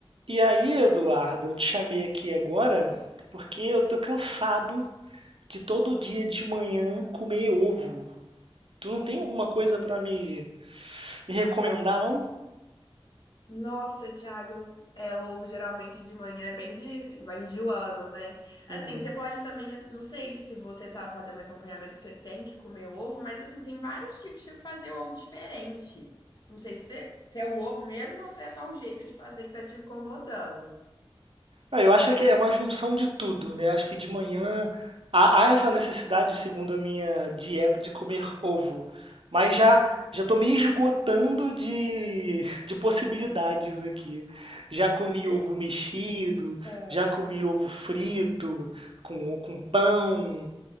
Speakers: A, on the right; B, on the left.
A: E aí, Eduardo, eu te chamei aqui agora porque eu tô cansado de todo dia de manhã comer ovo. Tu não tem alguma coisa pra me me recomendar, não?
B: Nossa, Thiago, é, o ovo geralmente de manhã é bem de, vai enjoando, né? Assim,
A: Uhum.
B: você pode também, não sei se você tá fazendo acompanhamento que você tem que comer ovo, mas assim, tem vários tipos de fazer ovo diferente. Não sei se, você- se é o ovo mesmo ou se é só o jeito de fazer que tá te incomodando.
A: Ah, Eu acho que é uma junção de tudo, né? Acho que de manhã há, há essa necessidade, segundo a minha dieta, de comer ovo. Mas já já estou me esgotando de, <laughs> de possibilidades aqui. Já comi
B: Você,
A: ovo mexido,
B: <laughs> ah,
A: já comi ovo frito, com, com pão.